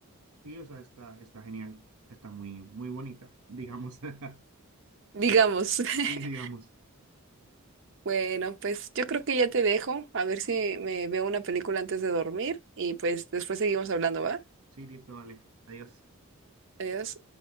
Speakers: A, on the right; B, on the right.
A: Sí, o sea, está, está genial. Está muy, muy bonita, digamos. <laughs>
B: digamos.
A: Sí,
B: <laughs>
A: digamos.
B: Bueno, pues yo creo que ya te dejo, a ver si me veo una película antes de dormir y pues después seguimos hablando, ¿va?
A: Sí, listo, vale. Adiós.
B: Adiós.